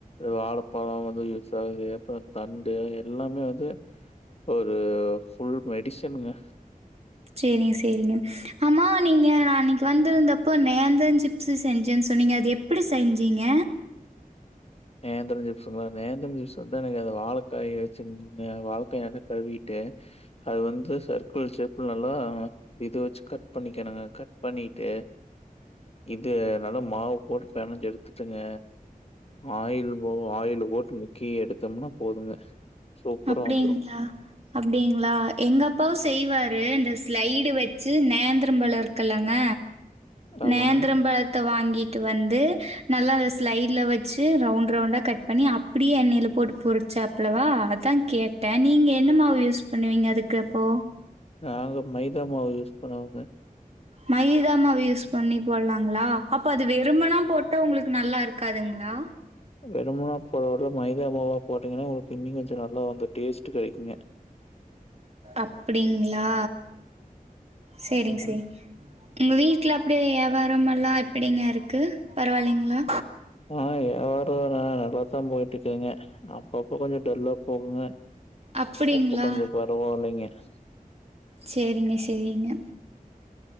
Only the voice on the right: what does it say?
சேரிங்க செரிங்க ஆமா நீங்க நா அன்னிக்கி வந்திருந்தப்போ நேந்திரஞ் சிப்ஸு செஞ்சேன் சொன்னிங்க அது எப்டி செஞ்சீங்க
அப்டிங்ளா
அப்டிங்ளா எங்கப்பாவு செய்வா து இந்த ஸ்லைடு வச்சு நேந்திரம்பழோ இருக்குல்லங்க
நேந்திரம் பழத்த வாங்கி ட்டு வந்து நல்லா அத ஸ்லைடுல வச்சு ரவுண்ட் ரவுண்டா கட் பண்ணி அப்டியே எண்ணெயில போட்டு பொரிச்சாப்லவா அத் கங் கேட்டே நீங்க என்ன மாவு யூஸ் பண்ணுவீங்க அதுக்கு அப்போ
மைதாமாவு யூஸ் பண்ணி போடலாங்களா அப்ப அது வெரும்மன போட்டா உங்களுக்கு நல்லா இருக்காதுங்ளா
அப்டிங்ளா சேரிங்க
சேரி உங்க வீட்ல அப்படியே யாபாரமெல்லா எப்படிங்க இருக்கு பரவால்லைங்ளா
அப்டிங்களா
சேரிங்க சேரிங்க